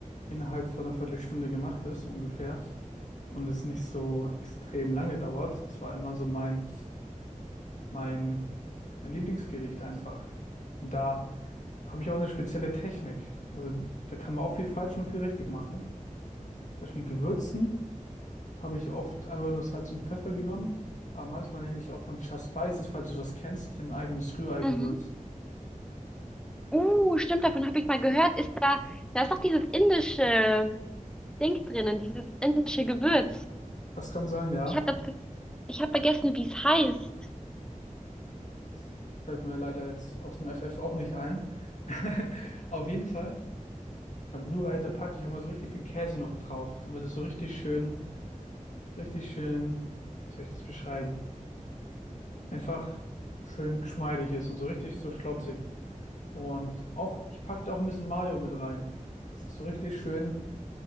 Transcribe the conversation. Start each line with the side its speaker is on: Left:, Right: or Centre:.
Left: innerhalb von einer Viertelstunde gemacht ist, ungefähr. Und es nicht so extrem lange dauert. Es war immer so mein, mein, mein Lieblingsgericht einfach. Und da habe ich auch eine spezielle Technik. Also da kann man auch viel falsch und viel richtig machen. Zum Beispiel Gewürzen. habe ich oft einfach nur Salz und Pfeffer genommen. Aber manchmal nehme ich auch von Just Spices, falls du das kennst, hier ein eigenes Rührei-Gewürz.
Centre: Mhm. Uh, stimmt, davon habe ich mal gehört. Ist da, da ist doch dieses indische. Ding drinnen, dieses indische Gewürz.
Left: Das kann sein, ja.
Centre: Ich habe ich hab vergessen, wie es heißt.
Left: Das fällt mir leider jetzt aus dem FF auch nicht ein. <laughs> Auf jeden Fall, beim Rührei, da packe ich auch mal so richtig viel Käse noch drauf, damit es so richtig schön, richtig schön, wie soll ich das beschreiben? Einfach schön geschmeidig ist und so richtig so schlotzig. Und auch, ich packe da auch ein bisschen Mayo mit rein. Das ist so richtig schön,